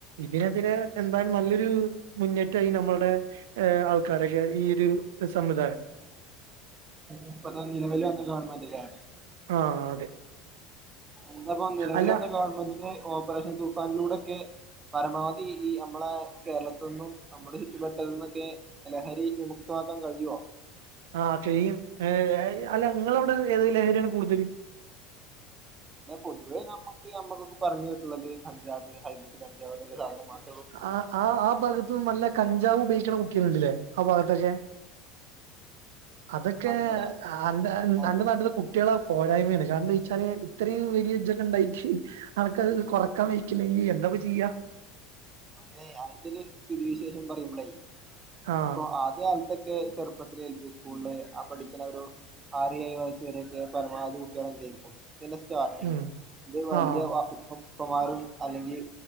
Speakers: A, on the right; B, on the right.
A: ഇതിനെതിരെ എന്തായാലും നല്ലൊരു മുന്നേറ്റമായി നമ്മളുടെ ഹ് ആൾക്കാരൊക്കെ ഈയൊരു സംവിദായം
B: ഇപ്പത്തെ നിലവിൽ വന്ന ഗവൺമെന്റിലാണ്
A: ആ അതെ
B: എന്താപ്പ നിലവിൽ
A: അല്ല
B: വന്ന ഗവൺമെന്റിന് ഓപ്പറേഷൻ തൂഫാനിലൂടെക്കെ പരമാവധി ഈ മ്മളെ കേരളത്തിൽ നിന്നും അമ്മുടെ ചുറ്റുപെട്ടൽ നിന്നൊക്കെ ലഹരി വിമുക്ത -- മാക്കാൻ കഴിയുവോ.
A: ആ ചെയ്യും ഏ ഏ അല്ല നിങ്ങളവിടെ ഏത് ലഹരിയാണ് കൂടുതല്
B: എ പൊതുവേ നമ്മുക്ക് നമ്മക്ക പറഞ്ഞ്കേട്ടുള്ളത് കഞ്ചാവ് ഹൈബ്രിഡ് കഞ്ചാവ് ന്ന സാധനം മാത്ര
A: ആ ആ ആ ഭാഗത്ത്ന്ന് നല്ല കഞ്ചാവ് ഉപയോഗിക്കണ കുട്ടികൾ ണ്ട് ല്ലേ ആ ഭാഗത്തക്കെ അതൊക്കെ
B: അങ്ങനെ
A: അ അന്റെ
B: അത്
A: അന്റെ നാട്ടിലെ കുട്ടികള് പോരായ്മയാണ് കാരണം ച്ചാല് ഇത്രയും വലിയ <unintelligible> ഉണ്ടായിക്ക് അവർക്കത് കൊറക്കാൻ <unintelligible> ല്ലെങ്കിൽ -- ന്താപ്പ ചെയ്യ
B: അതെ അതിന്റെ ഒരു സ്ഥിതി വിശേഷം പറയുമ്പോളേ
A: ആഹ്
B: ഇപ്പൊ ആദ്യകാലത്തൊക്കെ ചെറുപ്പ എൽ പി സ്കൂളില് ആ പഠിക്കണ ഒരു ആറ് ഏഴ് വയസ് വരെയൊക്കെ പരമാവധി കുട്ടികൾ എന്തായിരിക്കും. ത് ന്നെ സ്റ്റാർട്ടിങ്ങ്
A: ഉം
B: ഇത് രു വലിയ
A: ആഹ്
B: വാ ഇപ്പം പ്പമാരും അല്ലെങ്കിൽ